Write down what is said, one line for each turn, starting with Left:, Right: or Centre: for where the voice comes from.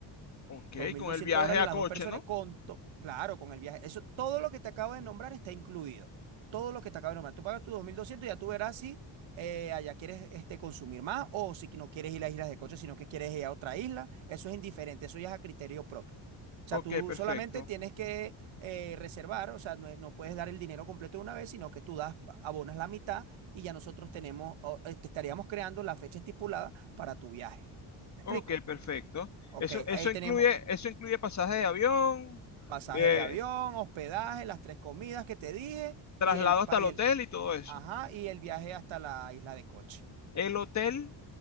Left: Ok,
Right: dos mil
Left: con
Right: doscientos
Left: el viaje
Right: dólares
Left: a
Right: las
Left: coche,
Right: dos personas
Left: ¿no?
Right: con, to- claro, con el viaje. Eso, todo lo que te acabo de nombrar está incluido. Todo lo que te acabo de nombrar. Tú pagas tus 2.200 y ya tú verás si eh, allá quieres este, consumir más o si no quieres ir a islas de coche, sino que quieres ir a otra isla. Eso es indiferente, eso ya es a criterio propio. O sea,
Left: Ok,
Right: tú
Left: perfecto.
Right: solamente tienes que eh, reservar, o sea, no, no puedes dar el dinero completo de una vez, sino que tú das, abonas la mitad y ya nosotros tenemos, o, eh, estaríamos creando la fecha estipulada para tu viaje. ¿Me
Left: Ok,
Right: explico?
Left: perfecto.
Right: Ok,
Left: Eso, eso
Right: ahí
Left: incluye,
Right: tenemos,
Left: eso incluye pasaje de avión,
Right: pasaje
Left: eh,
Right: de avión, hospedaje, las tres comidas que te dije
Left: traslado
Right: y el,
Left: hasta
Right: pa-
Left: el
Right: y
Left: hotel
Right: el,
Left: y todo eso.
Right: ajá, y el viaje hasta la isla de Coche.
Left: El hotel